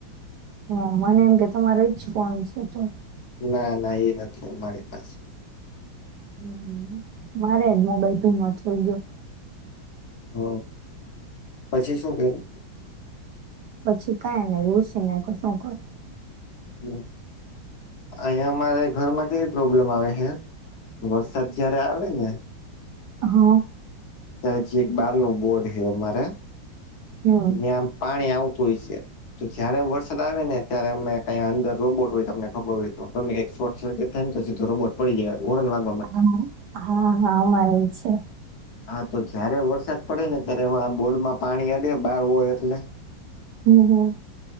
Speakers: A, on the right; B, on the left.
A: હા, મને એમ કે તમારો ઈજ ફોન છે તો
B: ના, ના, એ નથી અમારી પાસે.
A: હમ્મ હમ્મ હમ્મ મારે મોબાઈલ ભીનો થઈ ગ્યો
B: હ પછી શું કર્યું?
A: પછી કાઈ ને લુષિ નાયખું શું કરું
B: હમ્મ અહીં મારા ઘરમાં કેવી પ્રોબ્લેમ આવે હે વરસાદ જ્યારે આવે ને
A: અ હ
B: ત્યા હજી એક બારનું બોર્ડ હે અમારા
A: હમ
B: ન્યા પાણી આવતું હોય છે તો જ્યારે વરસાદ આવે ને ત્યારે અમે કંઈ અંદર રોબોટ હોય, તમને ખબર હોય તો, ગમે એ શોર્ટ સર્કિટ થાય તો સીધો રોબોટ પડી જાય <unintelligible>
A: હા, હા, હા, અમાર એવું છે.
B: હા, તો જ્યારે વરસાદ પડે ને ત્યારે <unintelligible> બોર્ડમાં પાણી અડે, બાર હોય એટલે
A: હમ્મ હમ્મ